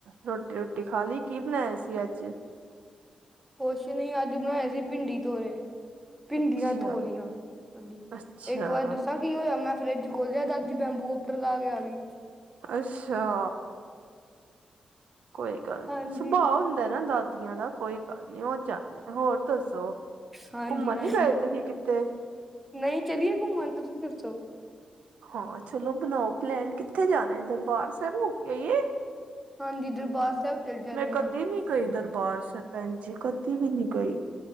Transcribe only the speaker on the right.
ਰੋਟੀ ਰੋਟੀ ਖਾ ਲਈ ਕੀ ਬਣਾਆਏ ਸੀ ਅੱਜ
ਅੱਛਾ,
ਅੱਛਾ,
ਅੱਛਾ ਕੋਈ ਗੱਲ ਨੀ
ਸੁਭਾਅ ਹੁੰਦਾ ਨਾ ਦਾਦੀਆਂ ਦਾ ਕੋਈ ਗੱਲ ਨਹੀ ਉਹ ਚਾਨੇ ਹੋਰ ਦੱਸੋ
ਘੁੰਮਣ
ਨੀ ਗਏ ਤੁਸੀਂ ਕਿੱਥਤੇ
ਹਾਂ ਚਲੋ ਬਣਾਓ ਪਲੈਨ ਕਿੱਥੇ ਜਾਣਾ ਦਰਬਾਰ ਸਾਬ ਹੋ ਕੇ ਆਈਏ
ਮੈਂ ਕਦੇ
ਨੀ ਗਈ ਦਰਬਾਰ ਸਾਬ ਤਾ ਭੈਂਜੀ ਕਦੀ ਵੀ ਨਹੀਂ ਗਈ